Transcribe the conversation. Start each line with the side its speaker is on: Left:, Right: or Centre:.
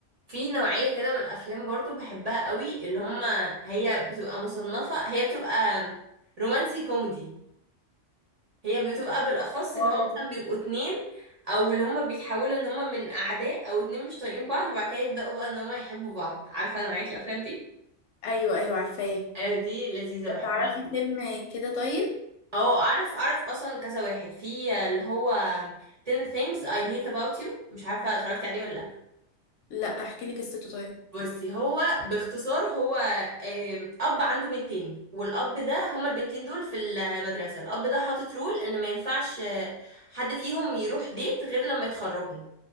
Right: في نوعية كده من الافلام برضو بحبها قوي اللي هما هي بتبقى مصنفة هي بتبقى رومانسي كوميدي هي بتبقى بالاخص
Left: واو.
Right: اللي هما مثلا بيبقوا اتنين او اللي هما بيتحولوا ان هما من اعداء او اتنين مش طايقين بعض وبعد كده يبداوا بقى ان هما يحبوا بعض عارفة نوعية الافلام دي
Left: ايوه ايوه عارفاه
Right: آه، دي لذيذة بحبها
Left: تعرفي فيلم كده طيب
Right: او اعرف اعرف اصلا كذا واحد في اللي هو 10 things I hate about you مش عارفه اتفرجتي عليه ولا لا
Left: لا احكي لك قصته طيب
Right: بصي هو باختصار هو آم، اب عنده بنتين والاب ده هما البنتين دول في المدرسه الاب ده حاطط رول ان ما ينفعش آه، حد فيهم يروح ديت غير لما يتخرجوا